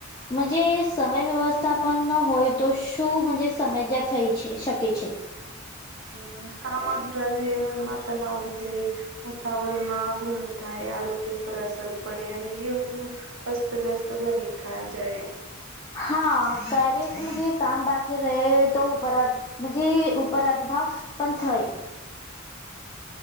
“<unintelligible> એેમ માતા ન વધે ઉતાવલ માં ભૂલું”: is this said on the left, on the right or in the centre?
Right